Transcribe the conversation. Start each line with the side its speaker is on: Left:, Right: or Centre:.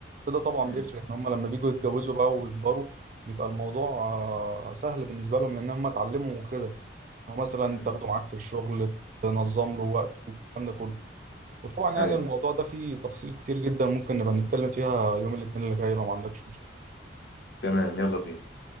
Right: ده طبعا
Left: امم
Right: بيفرق ان هم لما بيجوا يتجوزوا بقى ويكبروا بيبقى الموضوع آه، سهل بالنسبه لهم لان هم اتعلموا وكده هو مثلا
Left: امم
Right: تاخده معاك في الشغل تنظم له وقته والكلام ده كله وطبعا يعني
Left: ايوه
Right: الموضوع ده فيه تفاصيل كتير جدا ممكن نبقى نتكلم فيها يوم الاثنين اللي جاي لو ما عندكش مشكله
Left: تمام يلا بينا